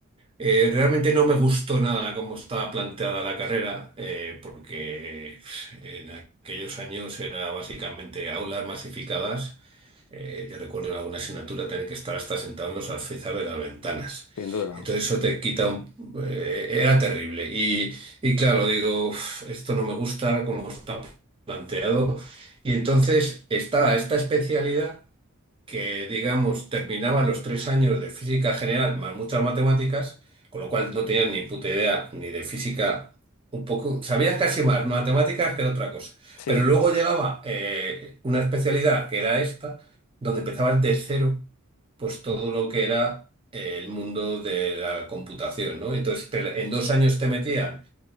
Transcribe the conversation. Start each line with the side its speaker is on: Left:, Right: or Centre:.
Right: eh, realmente no me gustó nada cómo estaba planteada la carrera, eh, porque pf, en aquellos años era básicamente aulas masificadas eh, yo recuerdo en alguna asignatura tener que estar hasta sentado en los alféizares de las ventanas.
Left: sin duda.
Right: Entonces eso te quita un... eh, era terrible. Y, y claro, digo, "Uf, esto no me gusta como está planteado. Y entonces estaba esta especialidad que, digamos, terminaba los tres años de física general más muchas matemáticas, con lo cual no tenía ni puta idea ni de física, un poco, sabías casi más matemáticas que de otra cosa.
Left: Sí,
Right: Pero luego llegaba eh, una especialidad que era esta, donde empezabas de cero, pues todo lo que era eh, el mundo de la computación, ¿no? Entonces, te- en dos años te metían